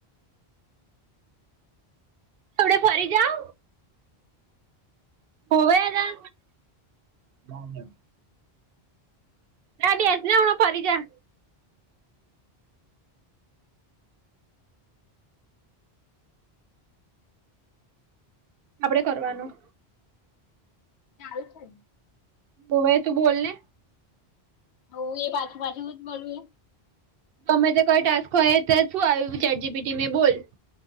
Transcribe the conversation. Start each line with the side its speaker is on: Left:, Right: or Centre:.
Right: આપડે ફરી જા. હોવે આગા ના ના. ના બેસને હમણાં પછી જા. આપડે કરવાનું.
Left: ચાલ છે.
Right: ઓ ભાઈ તું બોલને.
Left: હ એ પાછુ પાછુ જ જોઈએ.
Right: તમે જયારે ટાસ્ક ખોલ્યા તો શું આવ્યું ચેટ જીપીટીમાં બોલ.